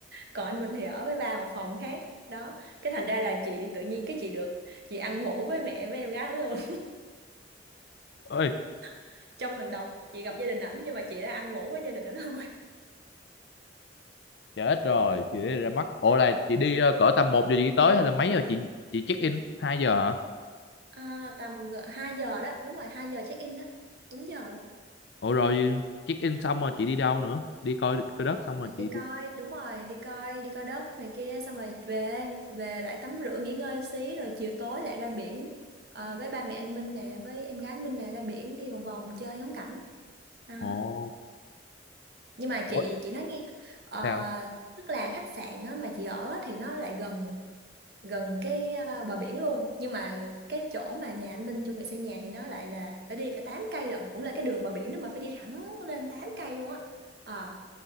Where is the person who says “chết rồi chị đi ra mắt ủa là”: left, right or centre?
Left